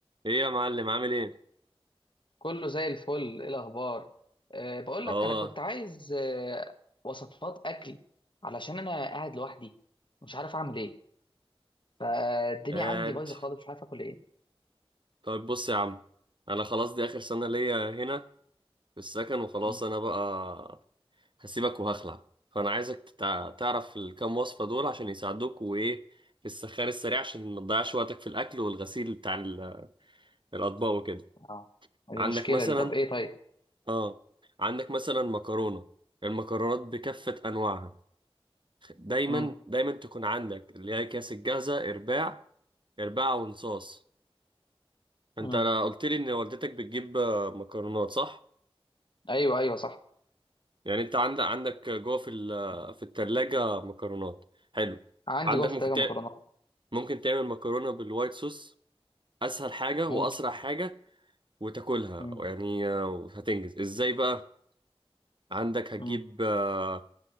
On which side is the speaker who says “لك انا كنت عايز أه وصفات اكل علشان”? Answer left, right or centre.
Left